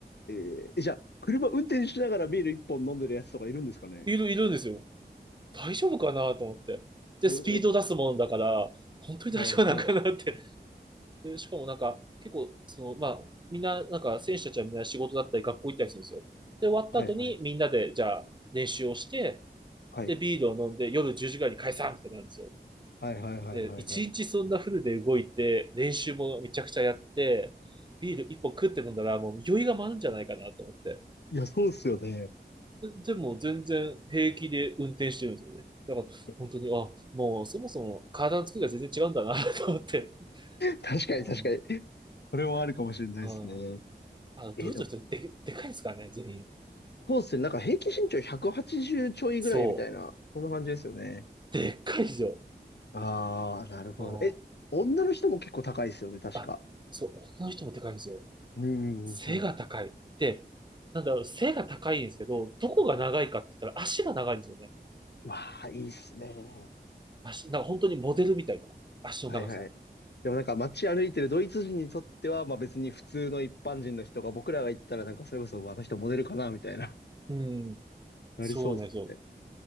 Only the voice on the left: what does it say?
えー、じゃあ、車運転しながらビール一本飲んでるやつとかいるんですかね
えー
はいはい。
はいはい。
はい。
はいはいはいはいはい。
いや、そうっすよね。
<laughs>
確かに確かに。
それはあるかもしれないですね。
えーでも、
そうっすよね。なんか平均身長180ちじゅうちょいぐらいみたいな、
そんな感じですよね。
ああ、なるほど。
え、女の人も結構高いですよね、確か。
うんうんうん。
わあ、いいっすね。
はいはい。でもなんか街歩いてるドイツ人にとっては、まあ別に普通の一般人の人が僕らが行ったらなんかそれこそあの人モデルかなみたいな、
<laughs> なりそうですね。